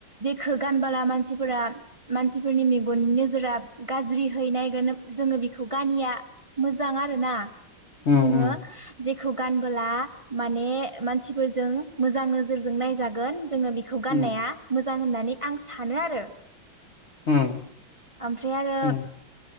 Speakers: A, on the right; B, on the left.
A: खो गानबोला मानसिफोरा मानसिफोरनि मेगननि नोजोराब गाज्रि हैनायगोन जोङो बेखौ गानिया मोजां आरो ना।
B: उम
A: जोङो जेक खौ गानबोला माने मानसिफोरजों मोजां नोजोरजों नायजागोन जोङो बेखौ गाननाया
B: उम
A: मोजां होननानै आं सानो आरो
B: उम
A: ओमफ्राय आरो
B: उम